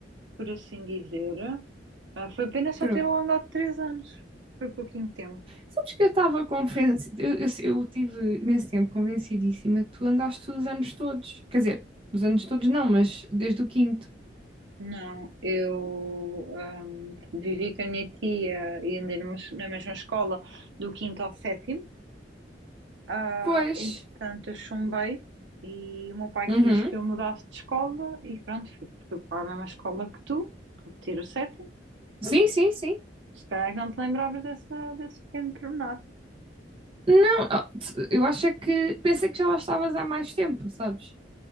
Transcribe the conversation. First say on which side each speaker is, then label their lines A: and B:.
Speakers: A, on the right; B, on the right.
A: por assim dizer. Ah, foi pena só
B: Pronto.
A: ter lá andado três anos. Foi pouquinho tempo.
B: Sabes que eu estava convencida, eu, eu, eu tive imenso tempo convencidíssima que tu andaste os anos todos. Quer dizer, os anos todos não, mas desde o quinto.
A: Não, eu ahm, vivi com a minha tia e andei numa na mesma escola do quinto ao sétimo. Ah,
B: Pois.
A: entretanto, eu chumbei e o meu pai
B: Uhum.
A: quis que eu mudasse de escola e pronto, fui, fui para a mesma escola que tu, repetir o sétimo.
B: Sim, sim, sim.
A: Se calhar é que não te lembravas dessa, desse pequeno pormenor.
B: Não, ó, t- eu acho é que pensei que já lá estavas há mais tempo, sabes?